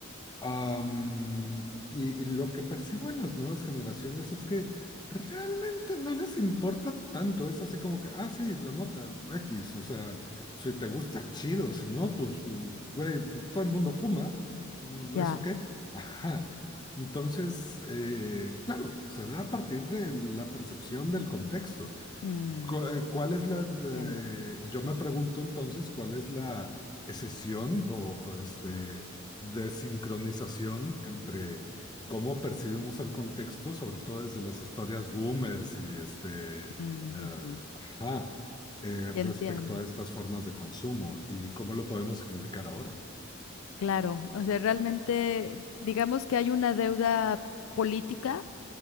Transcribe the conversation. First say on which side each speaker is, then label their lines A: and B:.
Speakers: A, on the left; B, on the left.
A: Am, y, y lo que percibo en las nuevas generaciones es que realmente no les importa tanto. Es así como que, ah, sí, la mota, X. O sea, si te gusta, chido. Si no, pues, mm, güey, pues todo el mundo fuma. mm,
B: ya,
A: ¿Eso qué? <laughs> Ajá. Entonces, eh, claro, se da a partir de la percepción del contexto.
B: mm,
A: Cu- eh, ¿Cuál es la,
B: entiendo.
A: eh, yo me pregunto entonces, cuál es la escisión o, o, este, desincronización entre cómo percibimos el contexto, sobre todo desde las historias boomers y este, eh,
B: Mm, ujú,
A: ajá, eh,
B: ya
A: respecto
B: entiendo.
A: a estas formas de consumo y cómo lo podemos significar ahora
B: Claro, o sea, realmente digamos que hay una deuda política